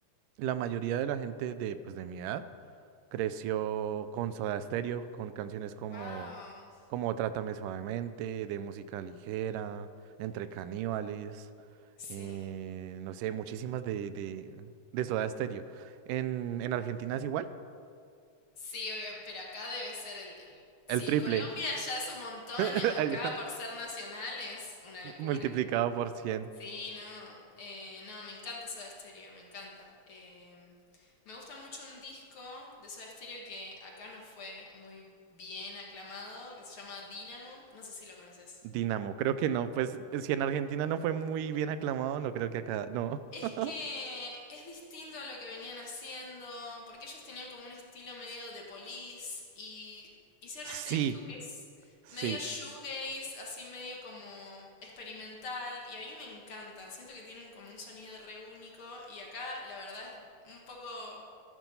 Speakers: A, on the right (about 85°); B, on the left (about 50°).
A: la mayoría de la gente de, pues, de mi edad. Creció con Soda Stereo, con canciones como,
B: Wow.
A: como Trátame Suavemente, de música ligera, Entre Caníbales,
B: Sí.
A: eh, no sé, muchísimas de, de, de Soda Stereo. En, en Argentina es igual,
B: Sí, obvio, pero acá debe ser el, el- Si
A: el triple,
B: en Colombia ya es un montón,
A: <laughs>
B: acá
A: allá,
B: por ser nacional es una locura.
A: multiplicado por 100
B: Sí, no, eh, no, me encanta Soda Stereo, me encanta. Em, me gusta mucho un disco de Soda Stereo que acá no fue muy bien aclamado, que se llama Dynamo, no sé si lo conoces.
A: Dynamo, creo que no, pues si en Argentina no fue muy bien aclamado, no creo que acá, no.
B: Es
A: <laughs>
B: que es distinto a lo que venían haciendo, porque ellos tenían como un estilo medio de Police y hicieron
A: Sí,
B: este disco que es
A: sí.
B: medio shoegaze, así medio como experimental y a mí me encanta, siento que tienen como un sonido re único y acá la verdad es un poco